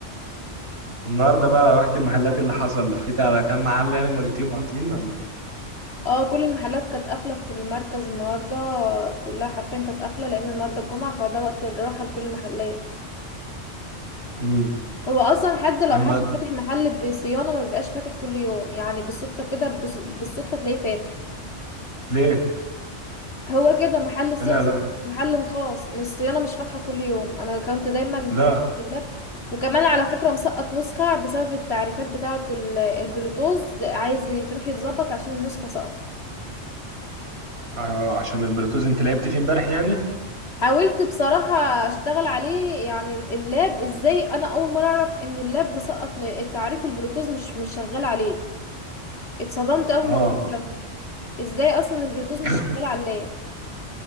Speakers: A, on the right (about 55°); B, on the left (about 60°).
A: النهارده بقى رحت المحلات اللي حصل لفيت على كام محل يعني مرتين قافلين ولا ايه
B: اه كل المحلات كانت قافلة في المركز النهاردة كلها حرفيا كانت قافلة لأن النهاردة الجمعة فده وقت الراحة لكل المحلات
A: امم
B: هو أصلا حد لو
A: لما
B: حد فاتح محل بصيانة ما بيبقاش فاتح كل يوم يعني بالصدفة كده بص- بالصدفة تلاقيه فاتح
A: ليه
B: هو كده محل صيانة
A: لا لا
B: محل خاص مش الصيانة مش فاتحة كل يوم أنا كنت دايما
A: لا
B: في حاجات في اللاب وكمان على فكرة مسقط نسخة بسبب التعريفات بتاعة ال- البلوتوز عايز تروح يتظبط عشان النسخة سقطت
A: آه عشان البلوتوث انت لعبت فيه امبارح يعني
B: حاولت بصراحة اشتغل عليه يعني اللاب ازاي انا اول مرة اعرف ان اللاب مسقط التعريف البلوتوث مش مش شغال عليه اتصدمت اول
A: اه
B: الموضوع ده ازاي اصلا البلوتوث مش
A: <coughs>
B: شغال على اللاب